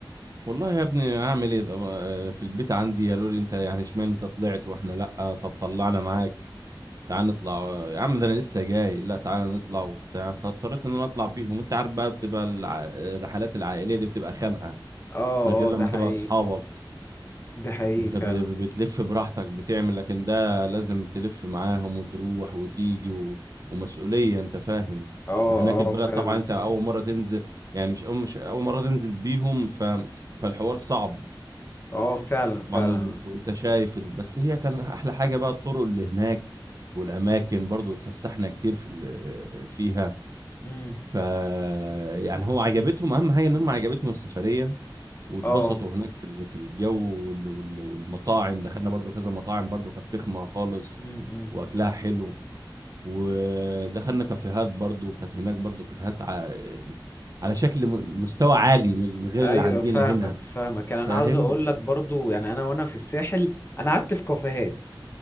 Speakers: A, on the right; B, on the left.
A: والله يا ابني اعمل ايه ده بقى؟ آه، في البيت عندي قالوا لي انت يعني اشمعنى انت طلعت واحنا لا طب طلعنا معاك تعال نطلع آه، يا عم ده انا لسه جاي لا تعال نطلع وبتاع فاضطريت ان انا اطلع بيهم انت عارف بقى بتبقى الع... الرحلات العائليه دي بتبقى خانقه
B: اه
A: من غير
B: اه
A: لما
B: ده حقيقي
A: تبقى اصحابك
B: ده حقيقي
A: انت
B: فعلا
A: ب... ب- بتلف براحتك بتعمل لكن ده لازم تلف معاهم وتروح وتيجي و... ومسؤوليه انت فاهم
B: اه
A: وهناك البلد
B: اه فعلا
A: طبعا انت اول مره تنزل يعني مش اول مش اول مره تنزل بيهم ف... فالحوار صعب
B: اه فعلا فعلا
A: طبعا انت شايف ال... بس هي كان احلى حاجه بقى الطرق اللي هناك والاماكن برضو اتفسحنا كتير في ال... فيها
B: امم
A: ف يعني هو عجبتهم اهم حاجه ان هم عجبتهم السفريه واتبسطوا
B: اه
A: هناك في ال... في الجو وال... وال... والمطاعم دخلنا برضو كذا مطاعم برضو كانت فخمه خالص
B: امم
A: واكلها حلو ودخلنا كافيهات برضو كانت هناك برضو كافيهات ع... على شكل م- مستوى عالي من من غير
B: ايوه
A: اللي عندنا
B: فاهمك
A: هنا
B: فاهمك يعني انا
A: فاهم
B: عاوز اقول لك برضو يعني انا وانا في الساحل انا قعدت في كافيهات